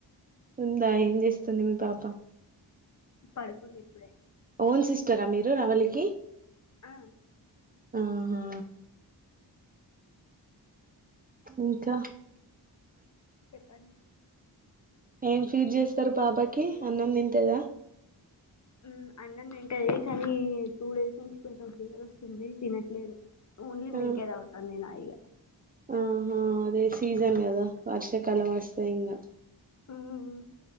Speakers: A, on the right (about 20°); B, on the left (about 40°).
A: ఉందా ఏం చేస్తుంది మీ పాప
B: పడుకుంది ఇప్పుడే
A: ఓన్ సిస్టరా మీరు రవలికి
B: ఆ
A: ఆహా ఇంకా
B: చెప్పండి
A: ఏం ఫీడ్ చేస్తారు పాపకి అన్నం తింతాదా
B: ఊ అన్నం తింటది కానీ టూ డేస్ నుంచి కొంచం ఫీవర్ వస్తుంది తినట్లేదు ఓన్లీ
A: ఆ
B: మిల్కే తాగుతా నేను ఆ ఇగ
A: ఆహా అదే సీజన్ కదా వర్షకాలం వస్తే ఇంగా
B: ఉ ఊ ఊ